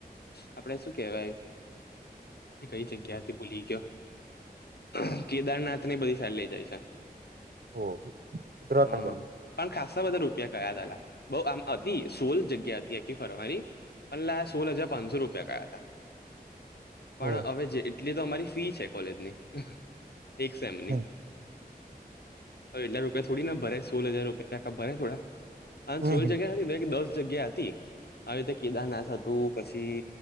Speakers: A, on the left (about 80°); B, on the right (about 75°).
A: આપડે શું કેવાય કઈ જગ્યાથી હતી ભૂલી ગયો કેદારનાથ એટની બધી સારી લઇ જાય છે.
B: હો ઉત્તરાખંડ
A: હ
B: બાજુ
A: પણ ખાસ્સા બધા રૂપિયા કયા તલા બો આમ અતિ સોલ જગ્યા હતી આખી ફરવાની પણ લા સોલ હજાર પાંચસો રૂપિયા કયા હતા. પણ
B: ઓહ
A: હવે જે એટલી તો અમારી ફી છે, કોલેજની એક સેમની
B: હમ
A: હવે એટલા રૂપિયા થોડી ના ભરાય સોલ હજાર રૂપિયા આખા ભરાય થોડા <unintelligible>
B: હમ
A: સોલ જગ્યા નથી દસ જગ્યા હતી આવી રીતે કેદારનાથ હતું પછી